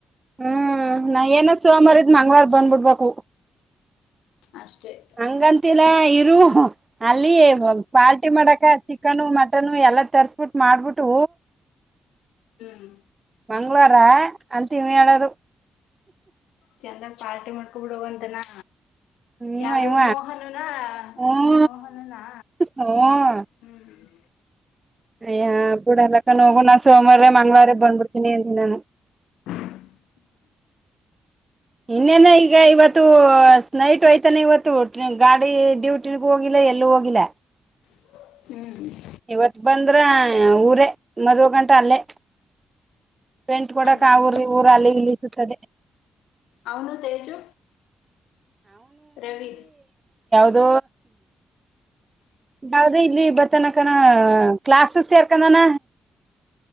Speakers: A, on the right (about 30°); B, on the left (about 90°).
A: ಹ್ಮ್ ನಾ ಏನ ಸೋಮವಾರಿದ್ ಮಂಗವಾರ ಬಂದ್ಬಿಡ್ಬೇಕು
B: ಅಷ್ಟೇ ಆಯತು
A: ಹಂಗಂತಿಲ್ಲ ಇರು ಅಲ್ಲಿ ಪಾರ್ಟಿ ಮಾಡಕ ಚಿಕನು ಮಟನು ಎಲ್ಲ ತರ್ಸ್ಬಿಟ್ಟು ಮಾಡ್ಬಿಟ್ಟು
B: ಹ್ಮ್
A: ಮಂಗಳವಾರ ಅಂತಮಿ ಆದು
B: ಚಂದಾಗ್ ಪಾರ್ಟಿ ಮಾಡ್ಕೊ ಬಿಡೋಗಂತನಾ
A: ಇವ
B: ಯಾರು
A: ಇವ
B: ಮೋಹನುನಾ
A: ಹ್ಮ್
B: ಮೋಹನನಾ
A: ಹ್ಮ್
B: ಹ್ಮ್ ಹ್ಮ್
A: ಅಯ್ಯ ಪೂಡ ಎಲ್ಲಕ್ಕ ಹೋಗು ನಾು ಸೋಮವಾರ ಮಂಗಳವರ ಬಂದ್ಬಿಡ್ತೀನಿ ಅಂತ ನಾನು
B: <inaudible>
A: ಇನ್ನೇನ ಈಗ ಇವತ್ತು ಸ್ ನೈಟ್ ಯ್ತಾನ ಇವತ್ತು ಗಾಡಿ ಡ್ಯೂಟಿ ಹೋಗಿ ಹಿಲ್ಲ ಎಲ್ಲೂ ಹೋಗಿಲ್ಲ
B: ಹ್ಮ್
A: ಇವತ್ ಬಂದ್ರ ಊರೇ ಮದುವೆ ಗಂಟ ಅಲ್ಲೇ ಫ್ರೆಂಟ್ ಕೊಡಕ
B: ಹ್ಮ್
A: ಊರು ಊರು ಅಲ್ಲಿಲ್ಲಿಸದೆ
B: ಅವನು ತೇಜು ರವಿ
A: ಅದು ಬ ಇಲ್ಲಿ ಬತ್ತನಕಣ ಕ್ಲಾಸ್ ಯಾರ್ಕನಾನ